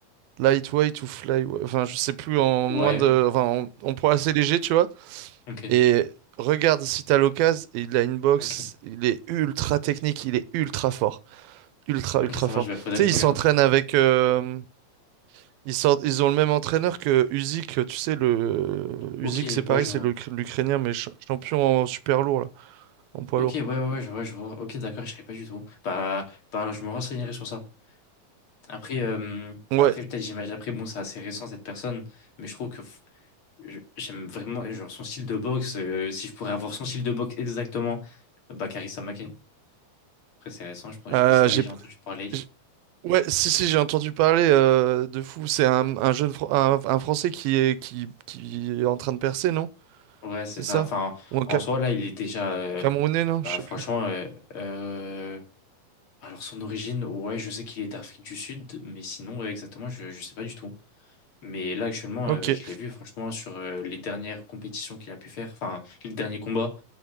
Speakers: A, on the right (about 80°); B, on the left (about 40°).
A: lightweight ou flyweight, enfin, je sais plus, en
B: Ouais.
A: moins de, enfin, en, en poids assez léger, tu vois.
B: Ok.
A: Et regarde si t'as l'occasion, il a une boxe,
B: Ok.
A: il est ultra technique, il est ultra fort. Ultra,
B: Ok,
A: ultra
B: ça
A: fort.
B: va, je vais, faudrait
A: Tu
B: que
A: sais, ils
B: je regarde.
A: s'entraînent avec. euh, ils sortent, ils ont le même entraîneur que Usyk. Tu sais, le.
B: Ok,
A: Usyk, c'est pareil,
B: ouais, je
A: c'est
B: vois.
A: le- l'Ukrainien, mais ch- champion en super lourd, là, en poids
B: Ok,
A: lourd.
B: ouais, ouais, ouais, je vois, je vois. Ok, d'accord, je savais pas du tout. Bah, bah, je me renseignerai sur ça. Après, euh,
A: Ouais.
B: après peut-être j'imagine, après, bon, c'est assez récent cette personne, mais je trouve que f- je- j'aime vraiment genre, son style de boxe. euh, si je pourrais avoir son style de boxe exactement, euh, bah, Karissa Maké. Après, c'est récent, je, ne sais
A: Euh,
B: pas si t'as
A: j'ai,
B: déjà entendu parler.
A: j'ai- ouais, si, si, j'ai entendu parler euh, de fou. C'est un, un jeune, Fr- un, un Français qui est, qui, qui est en train de percer, non?
B: Ouais, c'est
A: C'est
B: ça.
A: ça?
B: Enfin,
A: Ou un
B: en
A: Ca-
B: soi, là, il est déjà. euh,
A: Camerounais, non?
B: bah,
A: Je sais
B: franchement,
A: plus.
B: euh, euh, alors son origine, ouais, je sais qu'il est d'Afrique du Sud, mais sinon, ouais, exactement, je, ne sais pas du tout. Mais là, actuellement,
A: Ok.
B: euh, je l'ai vu, franchement, sur euh, les dernières compétitions qu'il a pu faire, enfin, les derniers combats.